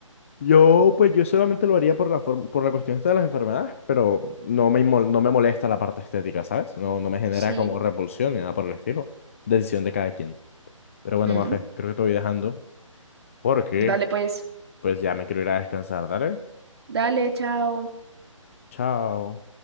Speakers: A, on the left; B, on the right.
A: Yo, pues yo solamente lo haría por la forma, por la cuestión esta de las enfermedades, pero no me, inmo- no me molesta la parte estética, ¿sabes? No, no me genera
B: Sí.
A: como repulsión ni nada por el estilo. Decisión de cada quien. Pero bueno,
B: Mm,
A: Mafe, creo que te voy dejando porque
B: Dale pues.
A: pues ya me quiero ir a descansar, ¿dale?
B: Dale, chao.
A: Chao.